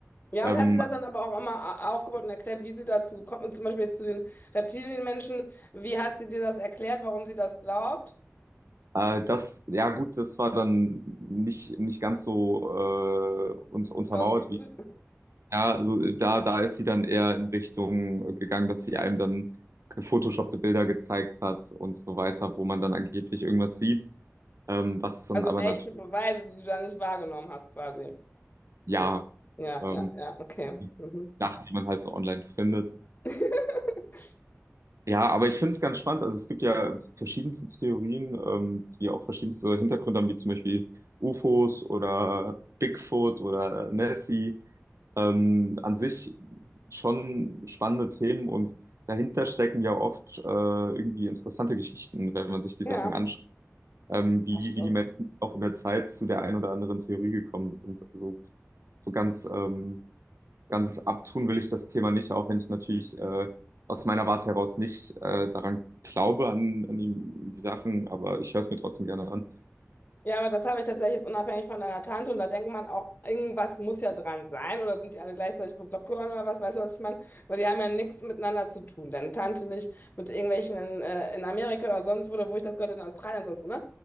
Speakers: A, on the left (about 35°); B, on the right (about 70°).
A: Ja,
B: Ähm,
A: und hat sie das dann aber auch immer a- aufgebaut und erklärt, wie sie dazu gekommen ist, zum Beispiel jetzt zu den Reptilienmenschen, wie hat sie dir das erklärt, warum sie das glaubt?
B: äh, das, ja gut, das war dann nicht, nicht ganz so äh, un untermauert,
A: Plausibel.
B: wie Ja, also äh, da, da ist sie dann eher in Richtung äh, gegangen, dass sie einem dann gefotoshoppte Bilder gezeigt hat und so weiter, wo man dann angeblich irgendwas sieht, ähm, was dann
A: Also
B: aber
A: echte
B: natürlich,
A: Beweise, die du da nicht wahrgenommen hast, quasi.
B: ja,
A: Ja, ja,
B: ähm,
A: ja, ja, okay.
B: die
A: Mhm.
B: Sachen, die man halt so online findet.
A: <laughs>
B: Ja, aber ich finde es ganz spannend. Also es gibt ja verschiedenste Theorien, ähm, die auch verschiedenste Hintergründe haben, wie zum Beispiel UFOs oder Bigfoot oder Nessie. Ähm, an sich schon spannende Themen und dahinter stecken ja oft äh, irgendwie interessante Geschichten, wenn man sich die
A: Ja,
B: Sachen anschaut, ähm, wie,
A: das stimmt.
B: wie die Menschen auch in der Zeit zu der einen oder anderen Theorie gekommen sind. Also so ganz ähm, ganz abtun will ich das Thema nicht, auch wenn ich natürlich äh, aus meiner Warte heraus nicht äh, daran glaube, an, an die, die Sachen, aber ich höre es mir trotzdem gerne an.
A: Ja, aber das habe ich tatsächlich jetzt unabhängig von deiner Tante und da denkt man auch, irgendwas muss ja dran sein oder sind die alle gleichzeitig bekloppt geworden oder was, weißt du, was ich meine? Weil die haben ja nichts miteinander zu tun. Deine Tante nicht mit irgendwelchen in, äh, in Amerika oder sonst wo, oder wo ich das gehört habe, in Australien sonst wo, ne?